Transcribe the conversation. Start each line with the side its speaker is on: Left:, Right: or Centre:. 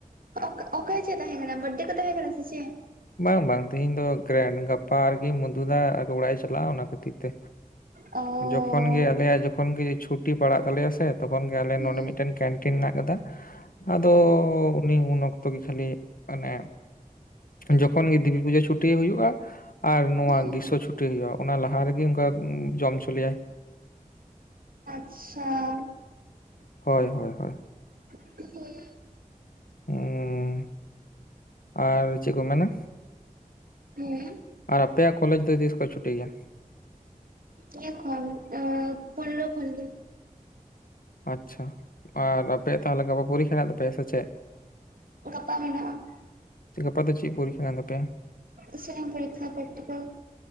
Right: ᱚᱠᱚ ᱚᱠᱚᱭᱟᱜ ᱪᱮᱫ ᱛᱟᱦᱮᱸ ᱠᱟᱱᱟ᱾ ᱵᱟᱰᱮ ᱠᱚ ᱛᱟᱦᱮᱸ ᱠᱟᱱᱟ ᱥᱮ ᱪᱮᱫ?
Left: ᱵᱟᱝ ᱵᱟᱝ ᱛᱮᱦᱤᱧ ᱫᱚ ᱜᱨᱮᱱ ᱜᱟᱯᱟ ᱟᱨᱠᱤ ᱢᱩᱫᱷᱩ ᱫᱟ ᱟᱠᱚ ᱚᱲᱟᱜ ᱮ ᱪᱟᱞᱟᱜᱼᱟ ᱚᱱᱟ ᱠᱷᱟᱹᱛᱤᱨ ᱛᱮ᱾
Right: ᱚ
Left: ᱡᱚᱠᱷᱚᱱ ᱜᱮ ᱟᱞᱮᱭᱟᱜ ᱡᱚᱠᱷᱚᱱ ᱜᱮ ᱪᱷᱩᱴᱤ ᱯᱟᱲᱟᱜ ᱛᱟᱞᱮᱭᱟ ᱥᱮ ᱛᱚᱠᱷᱚᱱ ᱜᱮ ᱟᱞᱮ
Right: ᱦᱩᱸ
Left: ᱱᱚᱰᱮ ᱢᱤᱫᱴᱮᱱ <unintelligible> ᱢᱮᱱᱟᱜ ᱠᱟᱫᱟ ᱟᱫᱚ ᱩᱱᱤ ᱩᱱ ᱚᱠᱛᱚ ᱜᱮ ᱠᱷᱟᱹᱞᱤ ᱚᱱᱮ ᱡᱚᱠᱷᱚᱱ ᱜᱮ ᱫᱮᱵᱤ ᱯᱩᱡᱟᱹ ᱪᱷᱩᱴᱤ ᱦᱩᱭᱩᱜᱼᱟ ᱟᱨ ᱱᱚᱣᱟ
Right: ᱦᱩᱸ
Left: ᱜᱤᱨᱥᱚ ᱪᱷᱩᱴᱤ ᱦᱳᱭᱳᱜ-ᱟ ᱚᱱᱟ ᱞᱟᱦᱟ ᱨᱮᱜᱮ ᱚᱱᱠᱟ ᱡᱚᱢ ᱦᱚᱪᱚ ᱞᱮᱭᱟᱭ
Right: ᱟᱪᱷᱟ
Left: ᱦᱳᱭ ᱦᱳᱭ ᱦᱳᱭ
Right: <unintelligible>
Left: ᱩᱸ ᱟᱨ ᱪᱮᱫ ᱠᱚ ᱢᱮᱱᱟ
Right: ᱦᱮᱸ
Left: ᱟᱨ ᱟᱯᱮᱭᱟᱜ ᱠᱚᱞᱮᱡᱽ ᱫᱚ ᱛᱤᱥ ᱠᱷᱚᱡ ᱪᱷᱩᱴᱤ ᱜᱮᱭᱟ?
Right: ᱤᱭᱟᱹ ᱠᱷᱚᱱ ᱮᱸ ᱯᱳᱭᱞᱳ ᱠᱷᱚᱱ ᱜᱮ
Left: ᱟᱪᱪᱷᱟ ᱟᱨ ᱟᱯᱮᱭᱟᱜ ᱛᱟᱦᱚᱞᱮ ᱜᱟᱯᱟ ᱯᱚᱨᱤᱠᱠᱷᱟ ᱦᱮᱱᱟᱜ ᱛᱟᱯᱮᱭᱟ ᱥᱮ ᱪᱮᱫ?
Right: <unintelligible> ᱢᱮᱱᱟᱜᱼᱟ
Left: ᱜᱟᱯᱟ ᱫᱚ ᱪᱮᱫ ᱯᱚᱨᱤᱠᱠᱷᱟ ᱠᱟᱱ ᱛᱟᱯᱮᱭᱟ?
Right: ᱮᱥᱟᱭᱤᱱ ᱯᱚᱨᱤᱠᱠᱷᱟ ᱯᱨᱮᱠᱴᱤᱠᱮᱞ